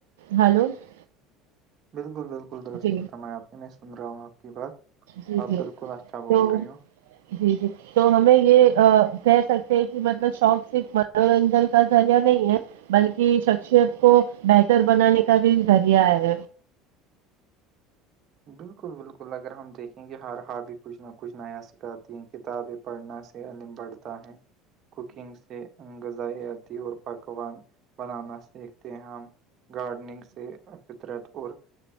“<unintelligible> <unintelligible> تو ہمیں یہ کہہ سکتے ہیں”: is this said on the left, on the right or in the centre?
Right